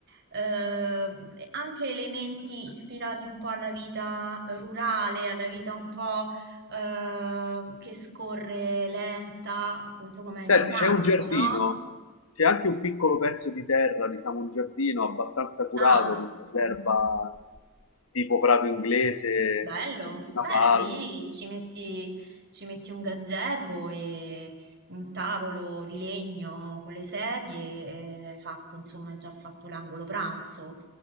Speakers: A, on the right; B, on the left.
A: eh, anche elementi ispirati un po' alla vita rurale, alla vita un po' eh, che scorre lenta, appunto come in
B: Senti,
A: vacanza,
B: c'è un giardino,
A: no?
B: c'è anche un piccolo pezzo di terra, diciamo un giardino abbastanza curato
A: Ah.
B: con dell'erba tipo prato inglese,
A: Bello,
B: una
A: beh,
B: palma,
A: lì ci metti, ci metti un gazebo e un tavolo di legno con le sedie e hai fatto, insomma, hai già fatto l'angolo pranzo.